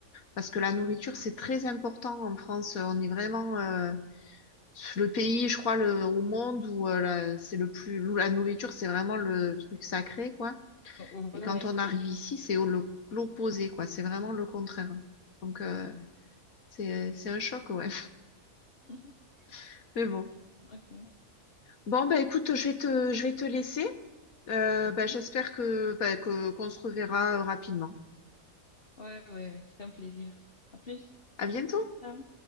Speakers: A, on the left; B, on the left.
A: parce que la nourriture, c'est très important en France. On est vraiment euh, le pays, je crois, le, au monde où euh, la- c'est le plus où la nourriture, c'est vraiment le truc sacré, quoi.
B: Ouais,
A: Et quand
B: ouais.
A: on arrive ici, c'est au- le- l'opposé, quoi. C'est vraiment le contraire. Donc euh,
B: Ouais.
A: c'est c'est un choc, ouais.
B: <laughs>
A: <laughs> Mais bon.
B: Ok.
A: Bon, bah écoute, je vais te, je vais te laisser. Euh,
B: Voilà.
A: bah, j'espère que, bah, que, qu'on se reverra euh, rapidement.
B: Ouais, ouais, ouais. C'est un plaisir. À plus.
A: À bientôt.
B: Ciao.